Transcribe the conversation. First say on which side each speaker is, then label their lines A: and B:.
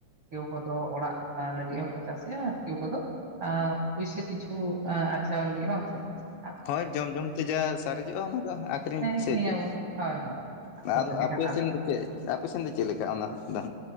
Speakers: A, on the right (about 70°); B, on the left (about 80°).
A: ᱠᱮᱣ ᱠᱚᱫᱚ ᱚᱲᱟᱜ ᱞᱟᱹᱜᱤᱫ ᱦᱚᱸᱠᱚ ᱪᱟᱥᱮᱫᱼᱟ ᱠᱮᱣ ᱠᱚᱫᱚ ᱮᱸ ᱯᱩᱭᱥᱟᱹ ᱠᱤᱪᱷᱩ ᱮᱸ ᱟᱨᱡᱟᱣ ᱞᱟᱹᱜᱤᱫ ᱵᱟᱝ ᱥᱮ ᱾
B: ᱦᱳᱭ ᱡᱚᱢ ᱡᱚᱢᱛᱮ ᱡᱟ ᱥᱟᱨᱮᱡᱚᱜᱼᱟ ᱚᱱᱟ ᱫᱚ ᱟᱠᱷᱨᱤᱧ
A: ᱦᱮᱸ ᱟᱹᱠᱷᱨᱤᱧ
B: ᱥᱮ ᱪᱮᱫ?
A: ᱟᱵᱚᱱ ᱦᱳᱭ ᱦᱳᱭ
B: ᱦᱮᱸ
A: ᱟᱫᱚ
B: ᱟᱨ
A: ᱮᱸᱰᱮᱠᱷᱟᱱ
B: ᱟᱯᱮᱥᱮᱱ
A: ᱟᱞᱮ
B: ᱫᱚ ᱪᱮᱫ ᱟᱯᱮ ᱥᱮᱱ ᱫᱚ ᱪᱮᱫᱽ ᱞᱮᱠᱟ ᱚᱱᱟ ᱫᱚ?